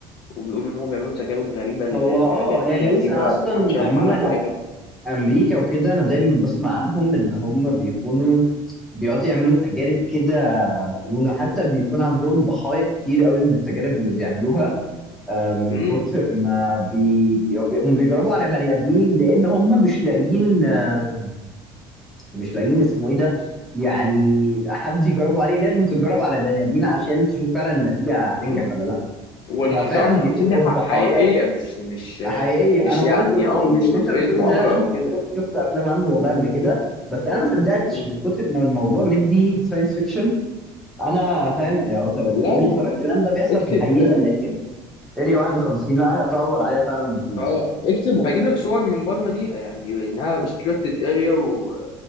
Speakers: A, on the left (about 45°); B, in the centre.
A: وبيقولوا ان هم بيعملوا تجارب غريبه ل-
B: هو اه
A: لحاجات
B: يعني
A: غريبه
B: بص انا اصلا
A: محدش يعرف
B: عموما
A: عنها حاجه
B: امريكا وكده انا دايما بسمع عنهم ان هم بيكونوا بيقعدوا يعملوا تجارب كده مجنونه حتى بيكون عندهم ضحايا كتير قوي من التجارب اللي بيعملوها آه، من
A: امم
B: كتر ما بي بي- بيقوموا بيجربوا على بني ادمين لان هم مش لاقيين آه، مش لاقيين اسمه ايه ده يعني حد يجربوا عليه لازم تتجرب على بني ادمين عشان تشوف فعلا النتيجه هتنجح
A: امم
B: ولا لا
A: والمنطقه
B: ففعلا
A: 51
B: بيكون
A: دي
B: الضحايا
A: ح- حقيقيه مش مش
B: حقيقي
A: مش
B: انا
A: يعني
B: والله كنت اللي
A: اه مش
B: اللي
A: نظريه
B: انت بتقوله
A: مؤامره
B: ده شفت
A: او كده
B: شفت شفت افلام عنه والله قبل كده بس انا ما صدقتش
A: مم.
B: من كتر ما الموضوع مدي ساينس فيكشن انا فاهم يعني قلت- قلت
A: لا
B: بقول
A: موجود
B: يا ترى الكلام ده بيحصل
A: اكتب
B: في الحقيقه لكن اريا 51 لا هقعد ادور عليها فعلا واشوف
A: اه اكتب وهيجيب لك صور من بره ليها يعني انها restricted area و